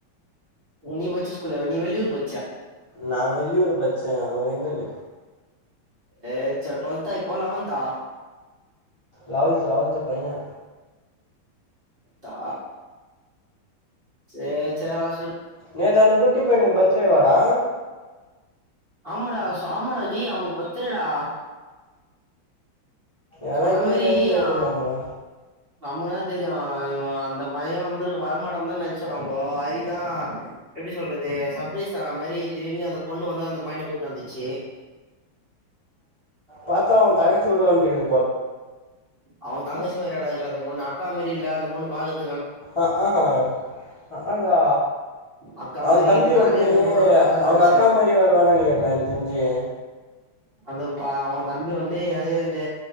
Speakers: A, on the right (about 30°); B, on the left (about 30°).
A: உ நீ பச்ச ஸ்கூல்லா நீ் வெளியூரு ப
B: நா வெள்ளியூர் பச்சேன் வெங்கல்
A: ஏ ச டுவெல்த் ஆ இப்ப லெவன்த்தா
B: லெவன்த் லெவன்த் பைய
A: தா சேர் சேர் அ
B: நேத்து அந்த குட்டி பைனுக் பர் த்டே வாடா
A: அமடா ச ஆமடா டேய் அவனுக்கு பர்த்டே டா
B: ஏன்னா
A: சொன்ன
B: கேக்
A: மாதிரி
B: ஏதாச்சும் விட்டுக்கலாம்
A: ஆ
B: போல
A: நம்மதா தெரியும் இவன் அந்த பையன் வந்து வரமாட்டா தா நினைச்சாம்போ அரிதா எப்படி சொல்றது சர்பிரரைஸ் தரா மாதிரி திடீர்னு அந்த பொண்ணு வந்து அந்த பையன கூட்டிடு வந்துச்சு
B: பா்த்தா அவ தங்கச்சி விட வன்ட்டுக்கு
A: அவ தங்கச்சி மரியடா இர் ருக்கு அந்த பொண்ணு அக்கா மாரி இல்ல அந்த பொண்ணு பாக்கர்த்
B: அ ஆ அ ஆ ஹாண்டா
A: அக்கா
B: அவ
A: மாரி
B: தம்பி
A: இது நானே
B: வந்து
A: அந்த பொண்ணு அக்கா தான்
B: அவுங்க
A: நெனச்சே
B: அக்கா மாரி வருவான் நனக்கிறன் டா எனக்கு தெஞ்சியே
A: அந்த வ அ அவுங்க தம்பி வந்து அதே இந்த